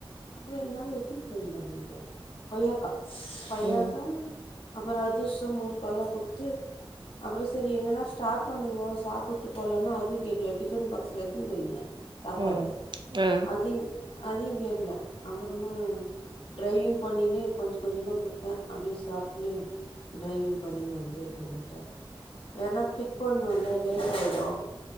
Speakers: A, on the left; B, on the right.
A: அப்றோ இந்தங்க எடுத்துட்டு போய்ருந்தேனு நெனக்கிறே கொய்யாக்கா கொய்யக்கா
B: ம்
A: அப்புற அதிரசம் முறுக்கெல்லா குடுத்து அப்புற சேரி எங்கன்னா சாப்பனுங்க சாப்பிட்டு போகலன்னா அதயு கேக்கல டிஃபன் பாக்ஸ்ல எடுத்துன்னு போயிருந்தே சாப்பாடு
B: ம் ஆ
A: அதயு அதயு கேட்கல அப்பறமா ட்ரைவிங் பண்ணின்னே கொஞ்சோ கொஞ்சோ கொடுத்தே அப்டியே சாப்டின்னு ட்ரைவிங் பண்ணின்னு வந்து இருந்துட்டாரு ஏன்னா பிக் பண்ணும்ல லேட் ஆயிடு